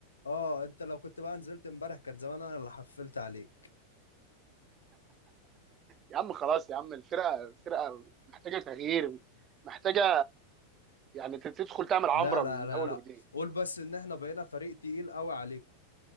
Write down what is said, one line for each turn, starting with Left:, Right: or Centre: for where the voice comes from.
Left: اه انت لو كنت بقى نزلت امبارح كان زمان انا اللي حفلت عليك
Right: يا عم خلاص يا عم الفرقه الفرقه محتاجه تغيير محتاجه يعني تت- تدخل تعمل عمره
Left: لا لا
Right: من
Left: لا
Right: اول
Left: لا
Right: وجديد
Left: قول بس ان احنا بقينا فريق تقيل قوي عليكم